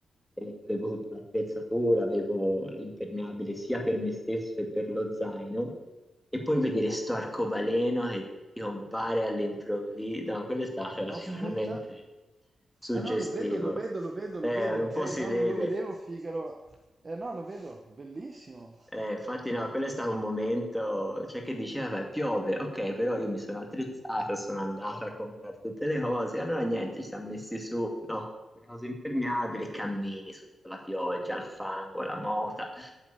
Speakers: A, in the centre; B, on the right.
A: eh, avevo tutta l'attrezzatura, avevo l'impermeabile sia per me stesso che per lo zaino e poi vedere sto arcobaleno che ti compare all'improvviso, no, quello è stato <laughs> sicuramente
B: Aspetta.
A: suggestivo.
B: Ah no, lo vedo, lo vedo, lo vedo,
A: Eh,
B: lo vedo,
A: un
B: ok?
A: po' si
B: No,
A: vede.
B: non lo vedevo, Figaro. Eh no, lo vedo, bellissimo.
A: Eh, infatti no, quello è stato un momento, cioè che diceva, vabbè, piove, ok, però io mi sono attrezzata, sono andata a comprare tutte le cose, allora niente, ci siamo messi su, no, le cose impermeabili, e cammini sotto la pioggia, il fango, la mota,